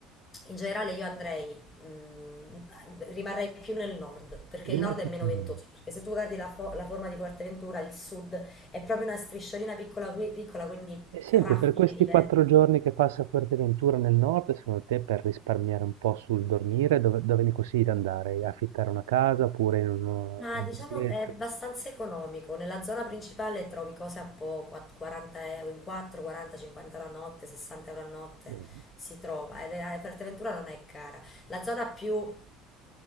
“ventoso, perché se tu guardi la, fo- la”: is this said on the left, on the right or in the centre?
Left